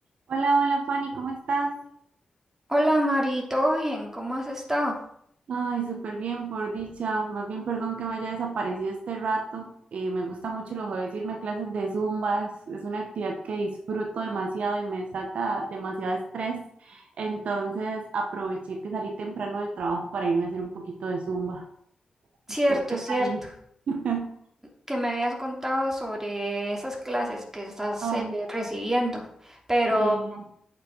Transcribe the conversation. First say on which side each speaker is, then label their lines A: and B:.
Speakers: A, on the right; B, on the right.
A: Hola, hola Fanny, ¿cómo estás?
B: Hola Mari, ¿todo bien? ¿Cómo has estado?
A: Ay, súper bien, por dicha. Más bien, perdón que me haya desaparecido este rato. Eh, me gusta mucho los jueves irme a clases de Zumba. Es, es una actividad que disfruto demasiado y me saca demasiado estrés. Entonces, aproveché que salí temprano del trabajo para irme a hacer un poquito de Zumba.
B: Cierto,
A: ¿Usted qué tal?
B: cierto,
A: <laughs>
B: que me habías contado sobre esas clases que estás
A: Ah,
B: eh, recibiendo, pero
A: sí.